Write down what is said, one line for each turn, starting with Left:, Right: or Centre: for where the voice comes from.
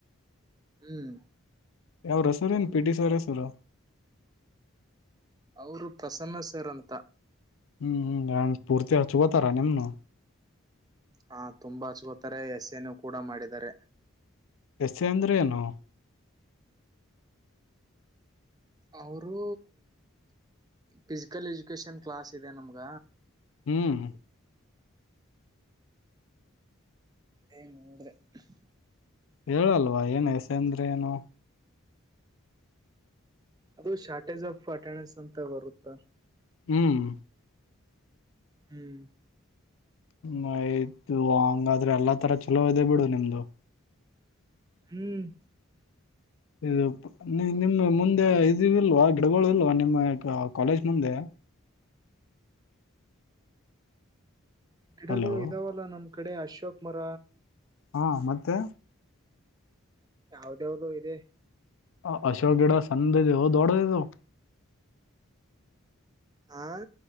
Right: ಹ್ಮ್
Left: ಯಾರ್ ಹೆಸ್ರ ನ್ ಪಿ ಟಿ ಸರ್ ಹೆಸ್ರು.
Right: ಅವ್ರು ಪ್ರಸನ್ನ ಸರ್ ಅಂತ.
Left: ಹ್ಮ್ ಪೂರ್ತಿ ಅಬ್ಗೋತಾರ ನಿಮ್ನು
Right: ಹಾ ತುಂಬಾ ಹಚ್ಕೊತಾರೆ ಎ ಸ್ಸೆ ನು ಕೂಡ ಮಾಡಿದರೆ.
Left: ಎಸ್ ಎ ಅಂದೆ ಏನು.
Right: ಅವ್ರು ಫಿಸಿಕಲ್ ಎಜುಕೇಶನ್ ಕ್ಲಾಸ್ ಇದೆ ನಮ್ಗ.
Left: ಹ್ಮ್
Right: ಎ <unintelligible>
Left: ಹೇಳಲ್ವಾ ಏನ್ ಎಸ್ ಎ ಅಂದ್ರೆ ಏನು.
Right: ಅದು ಶಾರ್ಟೇಜ್ ಆಫ್ ಅಟೆಂಡ್ಡಸ್ ಅಂತ ಬರುತ್ತ.
Left: ಹ್ಮ್
Right: ಹ್ಮ್
Left: ಹ ಆಯ್ತು ಹಂಗಾದ್ರೆ ಎಲ್ಲಾ ತರ ಚಲೋ ಇದೆ ಬಿಡು ನಿಮ್ದು.
Right: ಹ್ಮ್
Left: ಇದು ನಿಮ್ಮ್ ಮುಂದೆ ಇದು ಇಲ್ವಾ ಗಿಡಗಳು ಇಲ್ವಾ ನಿಮ್ಮ ಕಾಲೇಜ್ ಮುಂದೆ.
Right: ಗಿಡಗಳು
Left: ಹಲೋ
Right: ಇದಾವಲ್ಲಾ ನಮ್ ಕಡೆ ಅಶೋಕ್ ಮರ.
Left: ಹಾ ಮತ್ತೆ
Right: ಯಾವ್ದ್ ಯಾವ್ದು ಇದೆ.
Left: ಹ ಅಶೋಕ ಗಿಡ ಸಣ್ದ್ ಇದವೂ ದೊಡ್ದ ಇದವೂ
Right: ಹಾ